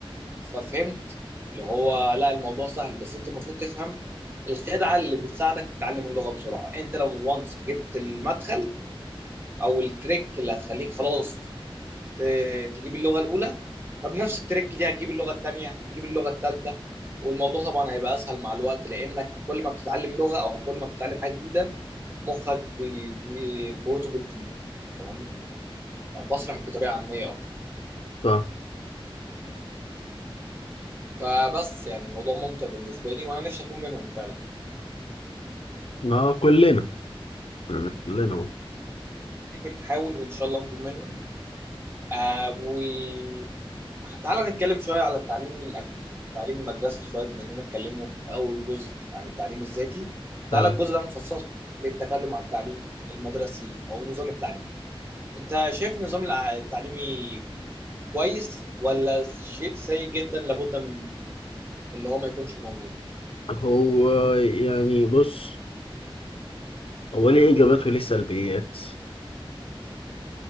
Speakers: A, on the right; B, on the left.
A: ففهمت اللي هو لا الموضوع سهل بس انت المفروض تفهم الخدعه اللي بتساعدك تتعلم اللغه بسرعه انت لو وانس جبت المدخل او التريك اللي هتخليك خلاص ت- تجيب اللغه الاولى فبنفس التريك دي هتجيب اللغه الثانيه هتجيب اللغه الثالثه والموضوع طبعا هيبقى اسهل مع الوقت لانك كل ما بتتعلم لغه او كل ما بتتعلم حاجه جديده مخك بي- بي- قوته بتزيد تمام بشرح بطريقه عاميه اكتر
B: طب
A: فبس يعني الموضوع ممتع بالنسبه لي وانا نفسي اكون منهم فعلا
B: ما كلنا يعني كلنا
A: بنحاول وان شاء الله نكون منهم آه وتعالى نتكلم شويه على التعليم الأك- التعليم المدرسي شويه بما اننا اتكلمنا في اول جزء عن التعليم الذاتي تعالى
B: طب
A: الجزء ده نخصصه للتكلم عن التعليم المدرسي او نظام التعليم انت شايف النظام الع- التعليمي كويس ولا شيء سيء جدا لابد من اللي هو ما يكونش موجود
B: هو يعني بص هو ليه إيجابات وليه سلبيات